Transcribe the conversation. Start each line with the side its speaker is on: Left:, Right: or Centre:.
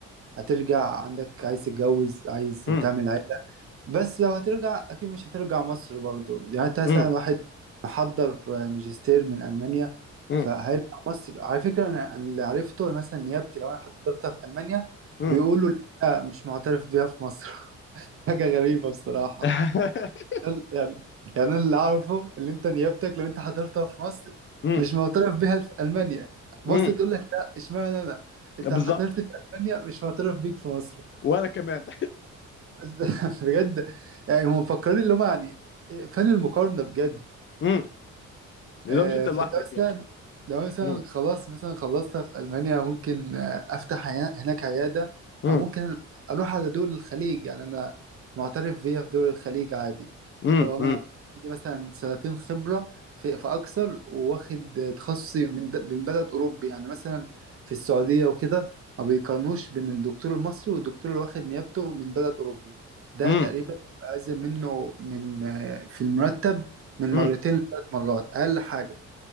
Right: هترجع عندك عايز تتجوز عايز
Left: امم
Right: تعمل عيلة بس لو هترجع اكيد مش هترجع مصر برضو يعني انت مثلا
Left: امم
Right: واحد محضر ماجستير من المانيا
Left: امم
Right: فهيرجع مصر على فكره انا اللي عرفته مثلا نيابتي لو انا حضرتها في المانيا
Left: امم
Right: بيقولوا لا مش معترف بيها في مصر <laughs> حاجه غريبه بصراحه
Left: <laughs>
Right: ال- يعني يعني أنا اللي اعرفه اللي انت نيابتك لو انت حضرتها في مصر
Left: امم
Right: مش معترف بيها في المانيا مصر
Left: امم
Right: تقول لك لا اشمعنى انا انت
Left: بالظبط
Right: حضرت
Left: <laughs>
Right: في المانيا مش معترف بيك في مصر
Left: وانا كمان
Right: بس <laughs> بجد يعني هم مفكرين اللي هم يعني إيه، فين المقارنة بجد
Left: امم لو
Right: آه،
Left: مش انت
Right: فلو
Left: لوحدك
Right: مثلا
Left: يعني
Right: لو مثلا
Left: امم
Right: خلاص مثلا خلصتها في ألمانيا ممكن آه، أفتح عيا- هناك عيادة
Left: امم
Right: أو ممكن أروح على دول الخليج يعني أنا معترف بيها في دول الخليج عادي
Left: امم
Right: طالما
Left: امم
Right: أنا عندي مثلا سنتين خبرة في, في أكثر وواخد تخصصي من, د- من بلد أوروبي يعني مثلا في السعودية وكده ما بيقارنوش بين الدكتور المصري والدكتور اللي واخد نيابته من بلد أوروبي ده
Left: امم
Right: تقريبا بأزيد منه من آه، في المرتب من
Left: امم
Right: مرتين لثلاث مرات اقل حاجه